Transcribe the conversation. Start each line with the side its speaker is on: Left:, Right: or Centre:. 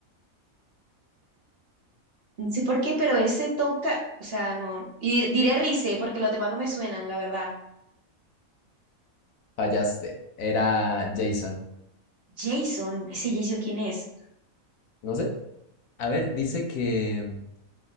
Right: No sé por qué, pero ese Touca, o sea, no. Y dir- diré Rice porque los demás no me suenan, la verdad.
Left: Fallaste. Era Jason.
Right: Jason, ese Jason, ¿quién es?
Left: No sé. A ver, dice que